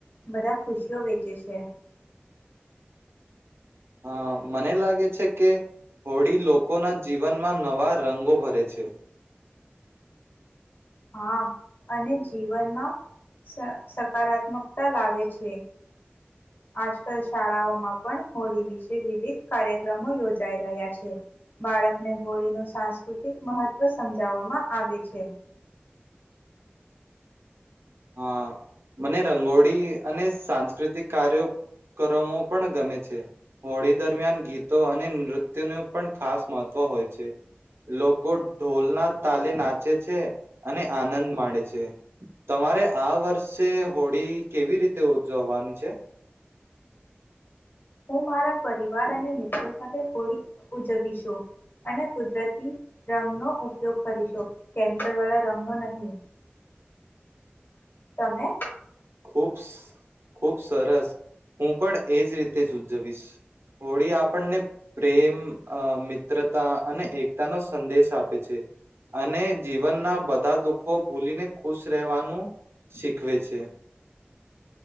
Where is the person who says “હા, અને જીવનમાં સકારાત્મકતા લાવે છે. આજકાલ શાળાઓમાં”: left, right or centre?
Left